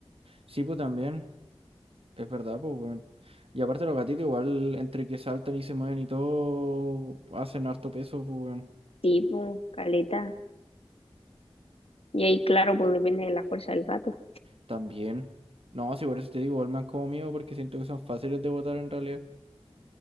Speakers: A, on the right (about 65°); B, on the left (about 70°).
A: Sí, pues también. Es verdad, pues, weón. Y aparte los gatitos igual, entre que saltan y se mueven y todo, hacen harto peso, pues, weón.
B: Sí, pues, caleta. Y ahí, claro, pues depende de la fuerza del gato.
A: También. No, si por eso te digo, igual me han como miedo porque siento que son fáciles de botar en realidad.